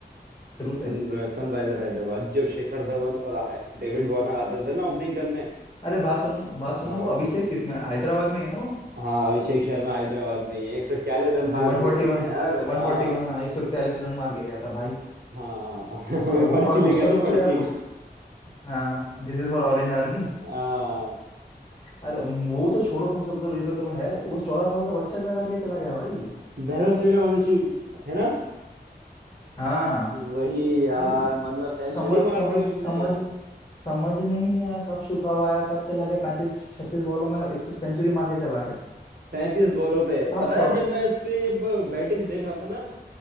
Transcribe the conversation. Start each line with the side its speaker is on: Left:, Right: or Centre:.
Left: शुरू से
Right: सन- सनराइजर हैदराबाद जब शिखर धवन और हाय- डेविड वार्नर आते थे ना ओपनिंग करने
Left: अरे बात सुनो बात सुनो
Right: हाँ
Left: वो अभिषेक किसमें हैदराबाद में ही है ना वो?
Right: हाँ अभिषेक शर्मा हैदराबाद में ही है। एक सौ बयालीस रन मार
Left: जो 141
Right: दिए उसने यार
Left: 141
Right: हाँ
Left: हाँ 141 रन मार के गया था भाई
Right: हाँ
Left: और वो
Right: <laughs> पर्ची
Left: और
Right: लेके
Left: उसका
Right: आता
Left: सोचो
Right: पर्ची
Left: यार उस हाँ this is for orange army
Right: हाँ
Left: अरे वो तो छोड़ो तुम सब तो ये तो चलो है वो चौदह साल का बच्चा क्या करके चला गया भाई
Right: वैभव सूर्यवंशी है ना
Left: हाँ
Right: वही यार
Left: भाई
Right: मतलब सेंचुरी
Left: समझ
Right: मार
Left: समझ
Right: दी उसने
Left: समझ समझ में ही नहीं आया कब सु- कब आया कब चला गया पैंतीस छत्तीस बॉलों में एक सौ सेंचुरी मार के चला गया
Right: पैंतीस बॉलों पे
Left: सब
Right: पता
Left: शौक
Right: है जब मैं उसके ये ब- बैटिंग देख रहा था ना